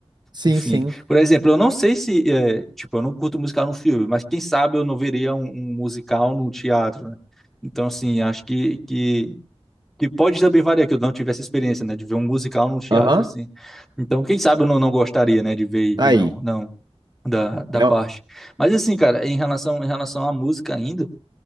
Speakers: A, on the right; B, in the centre.
A: Sim,
B: enfim,
A: sim.
B: por exemplo, eu não sei se, é, tipo, eu não curto musical no filme, mas quem sabe eu não veria um, um musical no teatro, né? Então, assim, acho que, que, que pode também variar, que eu não tivesse experiência, né, de ver um musical no teatro,
A: Aham.
B: assim. Então, quem sabe eu não, não gostaria, né, de ver
A: Aí.
B: e não, não, da, da
A: É,
B: parte. Mas, assim, cara, em relação, em relação à música ainda,